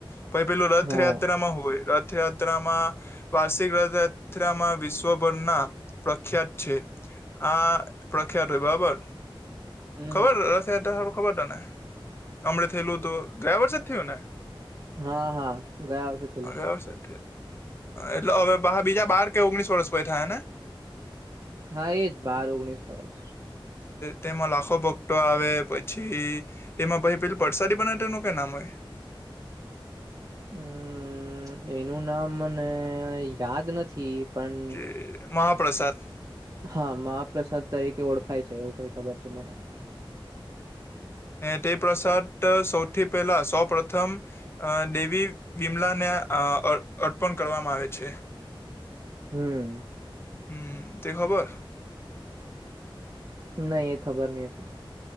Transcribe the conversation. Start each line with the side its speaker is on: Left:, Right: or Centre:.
Left: પહી પેલું રથયાત્રામાં
Right: હા
Left: હોય રથયાત્રામાં વાર્ષિક રથ રયાત્રામાં વિશ્વભરમાં પ્રખ્યાત છે. આ પ્રખ્યાત હોય બરાબર
Right: હમ
Left: ખબર રથયાત્રા હારું ખબર તને? હમણે થયેલું તો ગયા વર્ષે જ થય ને.
Right: હા હા ગયા વર્ષે થયેલું.
Left: ગયા વર્ષે જ એટલે હવે બીજા બાર કે ઓગણીસ વર્ષ થાય ને.
Right: હા એજ બાર ઓગણીસ વર્ષ.
Left: તેમાં લાખો ભક્તો આવે પછી તેમાં પછ પેલું પર્સાદી બનાવે તેનું કઈ નામ હોય.
Right: હમ્મ એનું નામ મને યાદ નથી. પણ
Left: જ મહાપ્રસાદ.
Right: હા મહપ્રસાદ તરીકે ઓળખાય છે એવું કઈ ખબર છે મને.
Left: તે પ્રસાદ સૌથી પહેલા સૌ પ્રથમ. અ દેવી બીમલા ને અ અર્પણ કરવામાં આવે છે.
Right: હમ્મ.
Left: હમ્મ તે ખબર.
Right: નહી એ ખબર ની હતી.